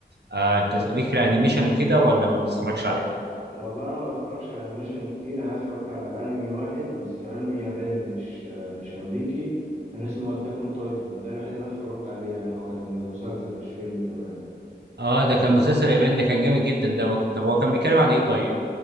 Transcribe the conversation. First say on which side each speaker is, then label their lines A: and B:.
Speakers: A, on the right; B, on the right.
A: آه
B: لا
A: انت ليك في الانيميشن وكده ولا ما بتتفرجش عليها
B: والله انا ما بتفرجش على انيميشن كتير انا اتفرجت على انمي واحد بس كان انمي ياباني مش مش امريكي كان اسمه اتاك اون تايتن ده الوحيد اللي انا اتفرجت عليه يعني هو كان مسلسل مش فيلم كمان
A: اه ده
B: فده
A: كان مسلسل ياباني ده كان جامد جدا ده وك... طب هو كان بيتكلم عن ايه طيب